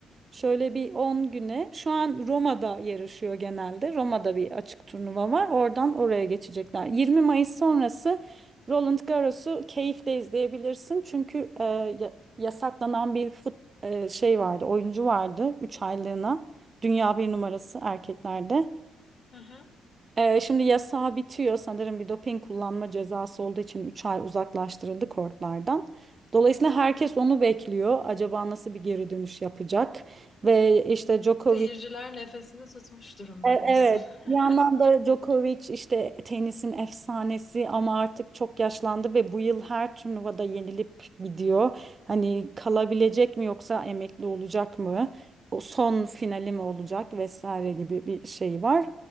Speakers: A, on the right; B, on the left.
A: Şöyle bir 10 güne. Şu an Roma'da yarışıyor genelde. Roma'da bir açık turnuva var. Oradan oraya geçecekler. 20 Mayıs sonrası Roland Garros'u keyifle izleyebilirsin. Çünkü e, ya- yasaklanan bir fut, e, şey vardı, oyuncu vardı 3 aylığına. Dünya bir numarası erkeklerde.
B: Hı hı.
A: Ee, şimdi yasağı bitiyor sanırım bir doping kullanma cezası olduğu için 3 ay uzaklaştırıldı kortlardan. Dolayısıyla herkes onu bekliyor. Acaba nasıl bir geri dönüş yapacak? Ve işte Djokovic
B: Seyirciler nefesini tutmuş durumda
A: e- Evet.
B: diyorsun. <laughs>
A: Bir yandan da Djokovic işte tenisin efsanesi ama artık çok yaşlandı ve bu yıl her turnuvada yenilip gidiyor. Hani kalabilecek mi yoksa emekli olacak mı? O son finali mi olacak vesaire gibi bir şey var.